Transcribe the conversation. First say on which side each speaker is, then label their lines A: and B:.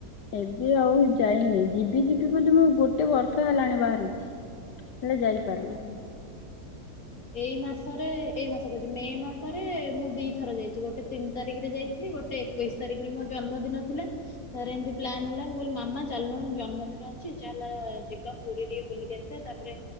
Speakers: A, on the left; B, on the left.
A: ଏବେ ଆଉ ଯାଇନି ଯିବି ଯିବି ବୋଲି ମୁଁ ଗୋଟେ ବର୍ଷ ହେଲାଣି ବାହାରୁଛି। ହେଲେ ଯାଇପାରୁନି
B: ଓ ହଁ ହଁ। ଏଇ ମାସରେ ଏଇ ମାସ କହୁଛି ମେ ମାସରେ ମୁଁ ଦୁଇ ଥର ଯାଇଛି ଗୋଟେ ତିନି ତାରିଖରେ ଯାଇଥିଲି ଗୋଟେ। ଏକୋଇଶ ତାରିଖରେ ମୋ ଜନ୍ମଦିନ ଥିଲା ତା ପରେ ଏମିତି ପାଲ୍ନ୍ ହେଲା ମୁଁ କହିଲି ମାମା। ଚାଲୁନ ମୋ ଜନ୍ମଦିନ ଅଛି ଚାଲେ ଯିବା ପୁରୀ ଟିକେ ବୁଲିକି ଆସିବା ତାପରେ।